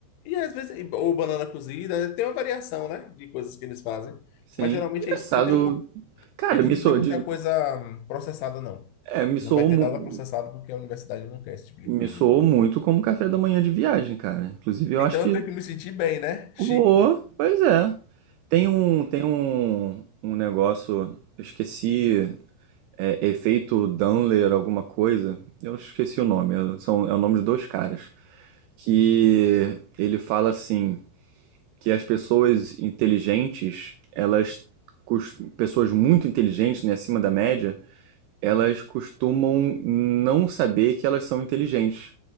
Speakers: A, on the left (about 80°); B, on the right (about 85°).
A: e às vezes, ou banana cozida, tem uma variação, né, de coisas que eles fazem.
B: Sim.
A: Mas geralmente
B: Engraçado.
A: é isso, porque tem um co-
B: Cara,
A: eles
B: me
A: não
B: soou
A: têm muita
B: de,
A: coisa hum, processada, não.
B: é, me soou,
A: Não vai ter
B: mu-
A: nada processado porque a universidade não quer esse tipo de
B: me
A: coisa.
B: soou
A: De...
B: muito como café da manhã de viagem, cara. Inclusive, eu
A: Então
B: acho que
A: eu tenho que me sentir bem, né? Chique.
B: Boa, pois é. Tem um, tem um, um negócio, eu esqueci, é, efeito Dunler, alguma coisa. Eu esqueci o nome, é- são, é o nome de dois caras. Que ele fala assim, que as pessoas inteligentes, elas, cos- pessoas muito inteligentes, né, acima da média, elas costumam não saber que elas são inteligentes.